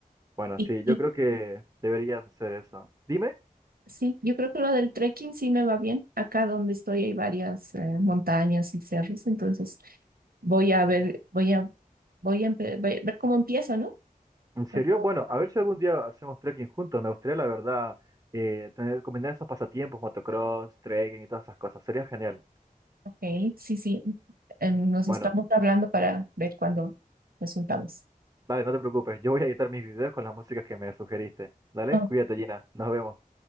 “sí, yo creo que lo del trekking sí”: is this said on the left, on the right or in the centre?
Right